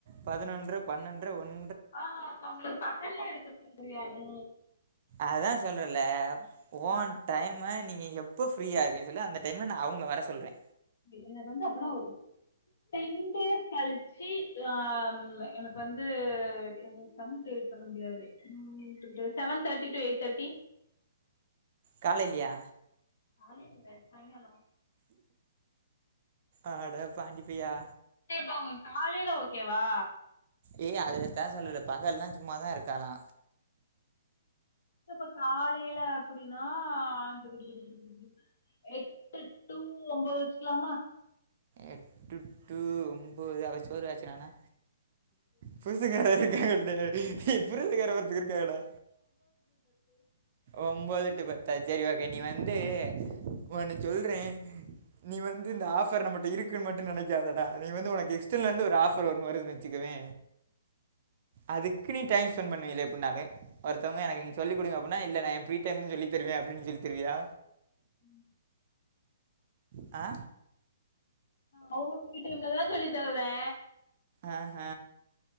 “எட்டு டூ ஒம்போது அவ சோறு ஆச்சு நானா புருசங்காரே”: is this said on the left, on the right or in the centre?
Right